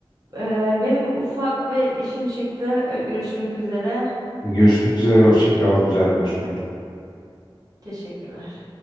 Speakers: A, on the right; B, on the left.
A: Eee, benim ufak bir işim çıktı. Eee, Görüşmek üzere.
B: Görüşmek üzere. Hoşça kal. Güzel konuşmaydı.
A: Teşekkürler.